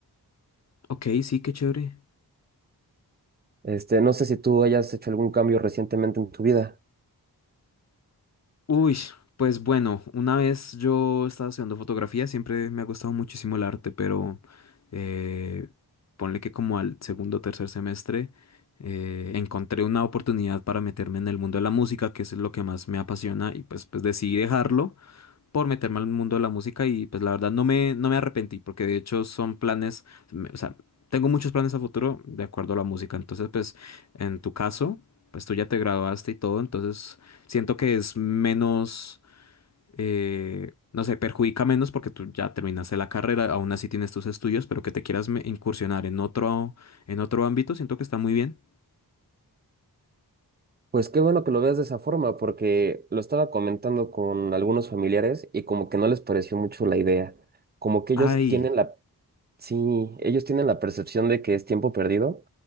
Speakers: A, on the left; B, on the right.
A: ok, sí, qué chévere.
B: Este, no sé si tú hayas hecho algún cambio recientemente en tu vida.
A: Uy, pues bueno, una vez yo estaba estudiando fotografía, siempre me ha gustado muchísimo el arte, pero eh, ponle que como al segundo o tercer semestre eh, encontré una oportunidad para meterme en el mundo de la música, que es lo que más me apasiona, y pues, pues decidí dejarlo por meterme al mundo de la música y pues la verdad no me, no me arrepentí porque de hecho son planes, me- o sea, tengo muchos planes a futuro de acuerdo a la música. Entonces, pues en tu caso, pues tú ya te graduaste y todo, entonces siento que es menos, eh, no sé, perjudica menos porque tú ya terminaste la carrera, aún así tienes tus estudios, pero que te quieras me- incursionar en otro, en otro ámbito, siento que está muy bien.
B: Pues qué bueno que lo veas de esa forma, porque lo estaba comentando con algunos familiares y como que no les pareció mucho la idea. Como que ellos
A: Ay.
B: tienen la Sí, ellos tienen la percepción de que es tiempo perdido,